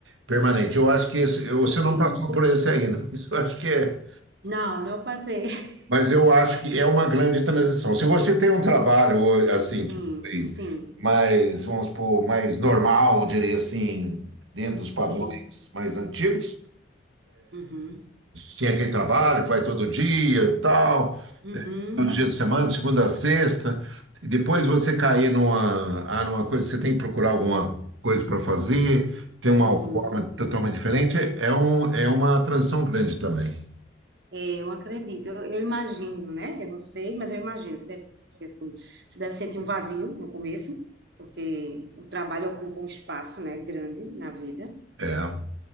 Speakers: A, on the right; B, on the right.
A: permanente. Eu acho que esse- eu- você
B: sim.
A: não passou por esse ainda. <laughs> Isso eu acho que é,
B: Não, não passei.
A: mas
B: <laughs>
A: eu acho que é uma grande transição. Se você tem um trabalho assim
B: Sim,
A: que foi
B: sim,
A: mais, vamos supor, mais normal, diria assim, dentro dos padrões
B: sim.
A: mais antigos,
B: Uhum,
A: tinha aquele trabalho que vai todo dia, e tal,
B: uhum,
A: todo dia de semana, de segunda a sexta, e depois você cair numa, ah, numa coisa, você tem que procurar alguma coisa para fazer, tem uma
B: uhum.
A: forma totalmente diferente, é um, é uma transição grande também.
B: Eu acredito, eu, eu imagino, né? Eu não sei, mas eu imagino que deve ser assim. Você deve sentir um vazio no começo, porque o trabalho ocupa um espaço, né, grande na vida.
A: É.